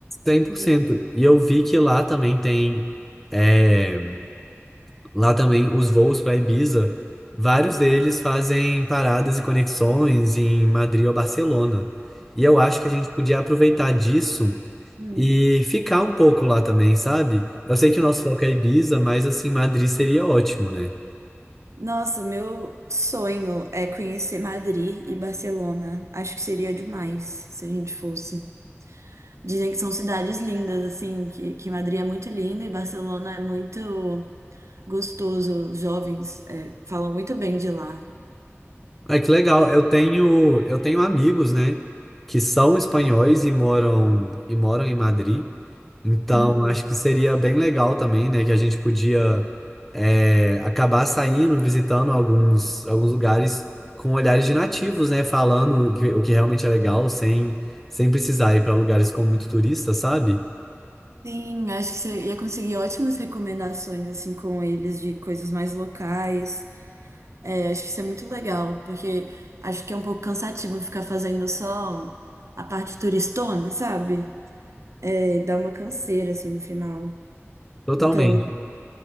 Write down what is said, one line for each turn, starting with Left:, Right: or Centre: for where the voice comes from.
Centre: cem por
Right: Pode
Centre: cento
Right: ser.
Centre: E eu vi que lá também tem. eh, Lá também, os voos para Ibiza, vários deles fazem paradas e conexões em Madrid ou Barcelona. E eu acho que a gente podia aproveitar disso
Right: Hum.
Centre: e ficar um pouco lá também, sabe? Eu sei que o nosso foco é Ibiza, mas assim, Madrid seria ótimo, né?
Right: Nossa, meu sonho é conhecer Madrid e Barcelona. Acho que seria demais se a gente fosse. Dizem que são cidades lindas, assim, que, que Madrid é muito linda e Barcelona é muito gostoso. Os Jovens, é, falam muito bem de lá.
Centre: Ah, que legal. Eu tenho, eu tenho amigos, né, que são espanhóis e moram e moram em Madrid. Então,
Right: Uhum.
Centre: acho que seria bem legal também, né, que a gente podia é, acabar saindo, visitando alguns alguns lugares com olhares de nativos, né, falando o que, o que realmente é legal, sem sem precisar ir para lugares com muito turista, sabe?
Right: Sim, acho que você ia conseguir ótimas recomendações, assim, com eles de coisas mais locais. É, acho que isso é muito legal, porque acho que é um pouco cansativo ficar fazendo só a parte turistona, sabe? É, dá uma canseira, assim, no final.
Centre: Totalmente.
Right: Então,